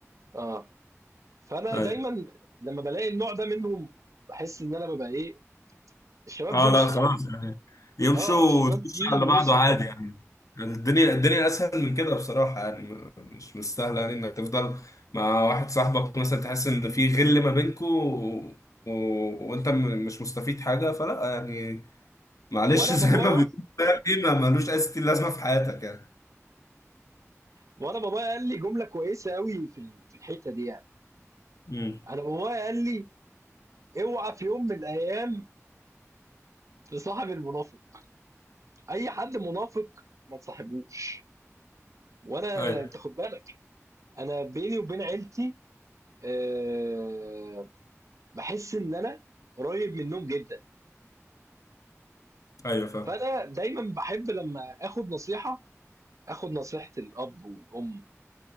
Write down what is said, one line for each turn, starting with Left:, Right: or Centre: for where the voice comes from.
Right: آه فأنا
Left: ايوه
Right: دايما لما بلاقي النوع ده منهم بحس إن أنا ببقى إيه الشباب
Left: اه
Right: دي مش
Left: لا خلاص
Right: صحابي
Left: يعني يمشوا
Right: آه الشباب
Left: وتخش
Right: دي
Left: على بعضه
Right: مش صحابي
Left: عادي يعني يعني الدنيا الدنيا اسهل من كده بصراحة يعني م- مش مستاهلة يعني انك تفضل مع واحد صاحبك مثلا تحس ان في غل ما بينكوا و... و... وانت م- مش مستفيد حاجة فلا يعني معلش
Right: وأنا
Left: <laughs> زي
Right: بابايا
Left: ما بيقول فاهم ايه ما ملوش اي ستين لازمة في حياتك يعني
Right: وانا بابايا قال لي جمله كويسه قوي في ال- في الحته دي يعني
Left: امم
Right: انا بابايا قال لي اوعى في يوم من الايام تصاحب المنافق اي حد منافق ما تصاحبوش وانا
Left: ايوه
Right: انت خد بالك انا بيني وبين عيلتي أه بحس ان انا قريب منهم جدا
Left: ايوه فاهم
Right: فانا دايما بحب لما اخد نصيحه اخد نصيحه الاب والام